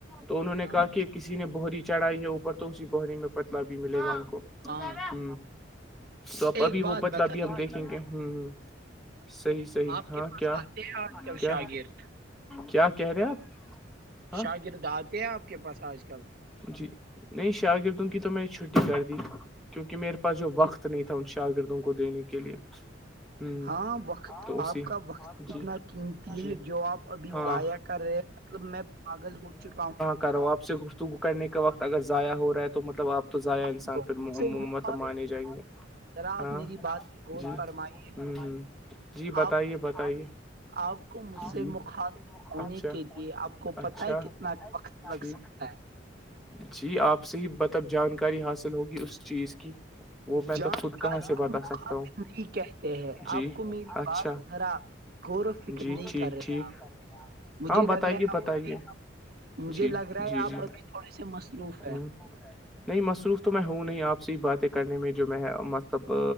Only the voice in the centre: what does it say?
تو انہوں
نے
کہا کہ کسی نے بہری چڑھائی ہے اوپر تو اسی بہری میں پتلا بھی ملے گا ان کو
ہ تو اب ابھی
وہ
پتلا
بھی ہم دیکھیں گے ہوں ہ صحیح صحیح
ہاں
کیا
کیا
کیا کہہ رہے آپ ہاں
جی نہیں شاگردوں کی تو میں چھٹی کر دی کیونکہ میرے پاس جو وقت
نہیں تھا ان شاگردوں کو دینے کے لیے ہ
تو اسی
جی
جی
ہاں
کرو آپ سے گفتگو کرنے کے وقت اگر ضائع ہو رہا ہے تو مطلب آپ تو ضائع انسان
پھرت
مانے جائیں گے
ہاں
جی
ہ ہ جی بتائیے
بتائیے
جی
اچھا
اچھا
ٹھیک
جی آپ سے ہی مطب جانکاری حاصل ہوگی اس چیز کی وہ میں
تو خود کہاں سے
بتا
سکتا ہوں
جی
اچھا
جی
ٹھیک
ٹھیک
ہاں بتائیے
بتائیے
جی
جی
جی
ہ نہیں مصروف تو میں ہوں نہیں آپ سے باتیں کرنے میں جو میں تب